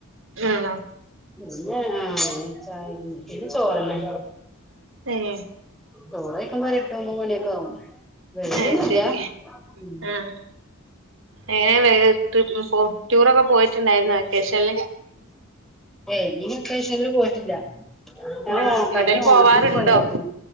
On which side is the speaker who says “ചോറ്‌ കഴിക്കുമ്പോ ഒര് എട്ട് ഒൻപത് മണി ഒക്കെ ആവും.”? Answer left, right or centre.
Centre